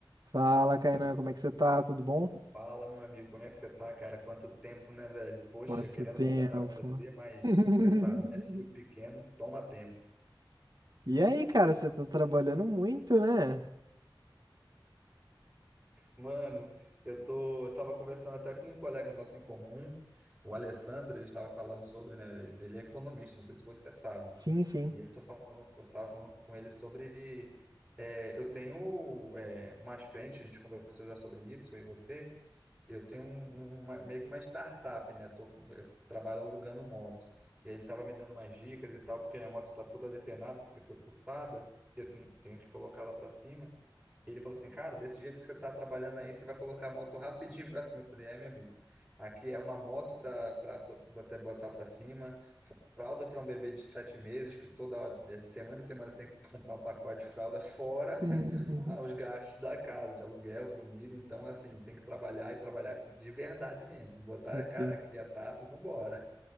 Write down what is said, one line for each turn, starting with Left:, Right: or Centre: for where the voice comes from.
Right: Fala, Kainan, como é que você tá? Tudo bom?
Centre: Fala, meu amigo, como é que você tá, cara? Quanto tempo, né, velho? Poxa,
Right: Quanto
Centre: querendo
Right: tempo?
Centre: conversar com você, mas
Right: <laughs>
Centre: você sabe, né? Filho pequeno, toma tempo.
Right: E aí, cara, você tá trabalhando muito, né?
Centre: Mano, eu tô, eu tava conversando até com um colega nosso em comum, o Alessandro, a gente tava falando sobre, né? Ele, ele é economista, não sei se você sabe.
Right: Sim, sim.
Centre: E eu tô falando, eu tava falando com ele sobre, é, eu tenho, é, umas frentes, a gente conversou já sobre isso, eu e você. Eu tenho um, um- uma- meio que uma startup, né? Tô, eu trabalho alugando moto. E ele estava me dando umas dicas e tal, porque minha moto está toda depenada, porque foi furtada, e eu tenho, tenho que colocar ela para cima. E ele falou assim, cara, desse jeito que você está trabalhando aí, você vai colocar a moto rapidinho para cima. Eu falei, é, meu amigo, aqui é uma moto para botar para cima, fralda para um bebê de sete meses, que toda hora, é, de semana em semana tem que comprar um pacote de fralda, fora
Right: <laughs>
Centre: <laughs> ah, os gastos da casa, de aluguel, comida. Então, assim, tem que trabalhar e trabalhar de verdade mesmo. Botar
Right: Entendi.
Centre: a cara aqui a tapa e vambora.